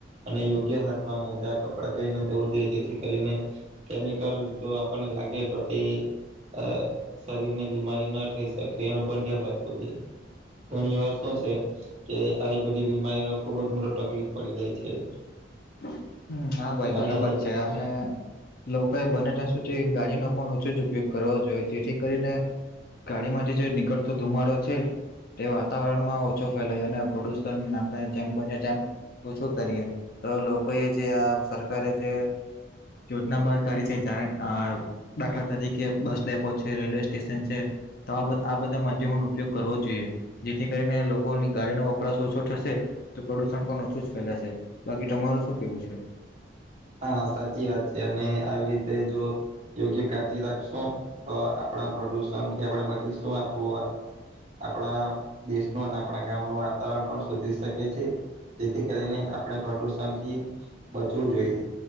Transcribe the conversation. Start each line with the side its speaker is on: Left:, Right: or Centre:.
Right: અને યોગ્ય હાથમાં મોજા કપડાં પહેરીને જવું જોઈએ જેથી કરીને કેમિકલ જો આપને લાગે તો તે અ શરીર ની બીમારી ન થઈ શકે એનું પન ધ્યાન રાખવું જોઈએ. ઘણી વાર શું છે કે આવી બધી બીમારીનો ખુબ જ મોટો તકલીફ પડી જાય છે
Left: <inaudible> હા ભાઈ
Right: અને
Left: બરાબર છે અને લોકોએ બને ત્યાં સુધી ગાડીનો પણ ઓછો જ ઉપયોગ કરવો જોઈએ જેથી કરીને ગાડીમાંથી જે છે નીકળતો ધુમાડો છે તે વાતાવરણમાં ઓછો ફેલાય અને પ્રદુષણ આપણે જેમ બને તેમ ઓછું કરીએ તો લોકોએ જે આ સરકારે જે યોજના બાર કાડી છે <unintelligible> દાખલા તરીકે બસ ડેપો છે રેલવે સ્ટેશન છે તો આ બધા માધ્યમોનો ઉપયોગ કરવો જોઈએ જેથી કરીને લોકોની ગાડીનો વપરાશ ઓછો થશે તો પ્રદુષણ પણ ઓછું જ ફેલાશે બાકી તમારું શું કેવું છે
Right: હા સાચી વાત છે અને આવી રીતે જો યોગ્ય કાળજી રાખશું તો આપણા પ્રદુષણ થી આપણે બચીશું આપણુ આ આપણા દેશનું અને આપણા ગામનુ વાતાવરણ પણ સુધરી શકે છે જેથી કરીને આપણે પ્રદુષણ થી બચવું જોઈએ